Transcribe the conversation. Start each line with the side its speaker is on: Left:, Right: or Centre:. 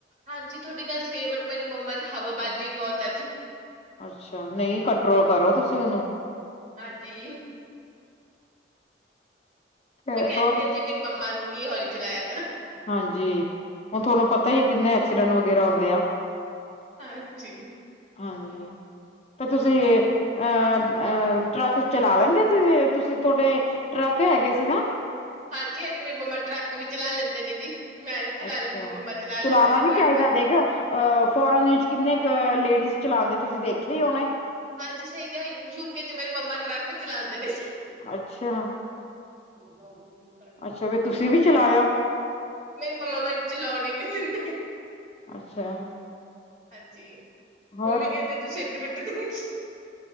Right: ਹਾਂਜੀ, ਤੁਹਾਡੀ ਗੱਲ ਸਹੀ ਹੈ, ਬਟ ਮੇਰੀ ਮੰਮਾ 'ਚ ਹਵਾਬਾਜੀ ਬਹੁਤ ਆ ਜੀ
Left: ਅੱਛਾ, ਨਹੀਂ ਕੰਟਰੋਲ ਕਰੋ ਤੁਸੀਂ ਉਹਨੂੰ
Right: ਹਾਂਜੀ।
Left: ਫੇਰ
Right: ਮੈਂ ਕਹਿਨੀ
Left: ਹੋਰ
Right: ਹਾ ਜੀ ਮੇਰੀ ਮੰਮਾ ਨੂੰ, ਕੀ ਹੌਲੀ ਚਲਾਇਆ ਕਰੋ।
Left: ਹਾਂਜੀ, ਹੁਣ ਤੁਹਾਨੂੰ ਪਤਾ ਹੀ ਕਿੰਨੇ ਐਕਸੀਡੈਂਟ ਵਗੈਰਾ ਹੁੰਦੇ ਆ।
Right: ਹਾਂਜੀ।
Left: ਹਾਂਜੀ, ਤੇ ਤੁਸੀਂ ਅਹ, ਅਹ ਟਰੱਕ ਚਲਾ ਲੈਂਦੇ ਤੁਸੀ, ਤੁਸੀਂ ਤੁਹਾਡੇ ਟਰੱਕ ਹੈਗੇ ਸੀ ਨਾ।
Right: ਹਾਂਜੀ, ਹਾਂਜੀੇ ਮੇਰੀ ਮੰਮਾ ਟਰੱਕ ਵੀ ਚਲਾ ਲੈਂਦੇ ਨੇ ਜੀ। ਮੈਂ ਵੀ ਚਲਾ
Left: ਅੱਛਾ
Right: ਲੈਂਦੀ, ਮੰਮਾ ਚਲਾ ਲੈਂਦੇ
Left: ਚਲਾਉਣਾ
Right: ਨੇ
Left: ਵੀ
Right: ਟਰੱਕ।
Left: ਚਾਹੀਦਾ ਦੇਖਿਓ ਅ, ਫੋਂਰਨ ਇਚ ਕਿੰਨੀ ਕੁ ਲੇਡੀਜ਼ ਚਲਉਦੀ ਤੁਸੀਂ ਦੇਖਿਆ ਹੀ ਹੋਣਾ।
Right: ਹਾਂਜੀ ਸਹੀ ਕਿਹਾ, ਯੂਕੇ 'ਚ ਮੇਰੀ ਮੰਮਾ ਟਰੱਕ ਚਲਾਉਂਦੇ ਨੇ ਜੀ।
Left: ਅੱਛਾ।
Right: ਦਾ ਉਹ ਵੀ
Left: ਅੱਛਾ
Right: <unintelligible>
Left: ਵੀ ਤੁਸੀਂ ਵੀ ਚਲਾਇਓ
Right: ਨਹੀ, ਮੰਮਾ ਮੈਨੂੰ ਚਲਾਾਉਣ ਈ ਨੀ ਦਿੰਦੇ।
Left: ਅੱਛਾ।
Right: ਹਾਂਜੀ,
Left: ਹੋਰ
Right: ਮੰਮੀ ਕਹਿੰਦੇ ਤੂੰ ਸਿੱਟ ਬਿੱਟ ਦੇਊਗੀ।